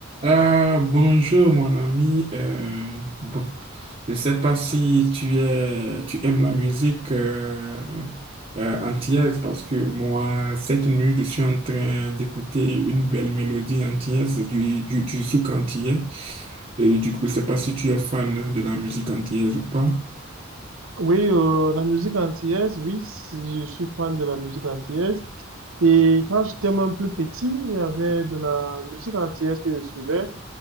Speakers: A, on the right; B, on the right.
A: Ah, bonjour mon ami. Euh, bon, je sais pas si tu es, tu aimes la musique euh, euh, antillaise parce que moi, cette nuit, je suis en train d'écouter une belle mélodie antillaise du, du, du zouk antillais. Et du coup, je sais pas si tu es fan de la musique antillaise ou pas.
B: Oui, euh, la musique antillaise, oui, si- je suis fan de la musique antillaise. Et quand j'étais même plus petit, il y avait de la musique antillaise que je suivais,